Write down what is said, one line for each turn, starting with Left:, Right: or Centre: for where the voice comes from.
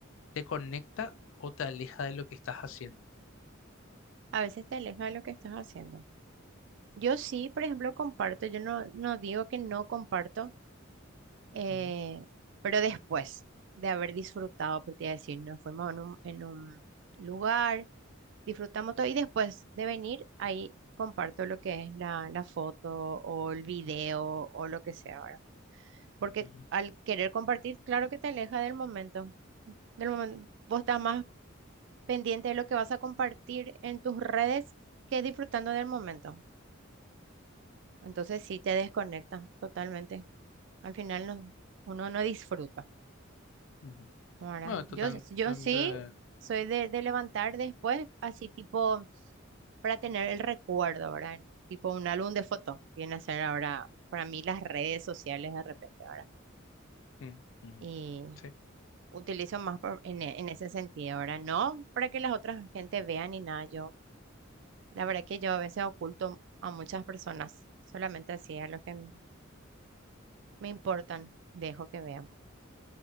Left: te conecta o te aleja de lo que estás haciendo.
Right: a veces te aleja de lo que estás haciendo. Yo sí, por ejemplo, comparto, yo no, no digo que no comparto, eh,
Left: Ujú,
Right: pero después de haber disfrutado, por te iba a decir, nos fuimos en un, en un lugar, disfrutamos todo y después de venir ahí comparto lo que es la, la foto o el video o lo que sea ahora. Porque
Left: ujú,
Right: al querer compartir, claro que te aleja del momento, del momento. Vos estás más pendiente de lo que vas a compartir en tus redes que disfrutando del momento. Entonces sí te desconecta totalmente. Al final no- uno no disfruta.
Left: ujú,
Right: Ahora,
Left: Bueno, total-
Right: yo, yo
Left: totalmente.
Right: sí soy de, de levantar después, así tipo, para tener el recuerdo, ¿verdad? En Tipo un álbum de fotos, viene a ser ahora para mí las redes sociales de repente, ¿verdad?
Left: mm, ujú.
Right: Y
Left: sí,
Right: utilizo más por- en, e- en ese sentido, ¿verdad? No para que las otras gente vean ni nada. Yo, la verdad que yo a veces oculto a muchas personas, solamente así a los que m- me importan, dejo que vean.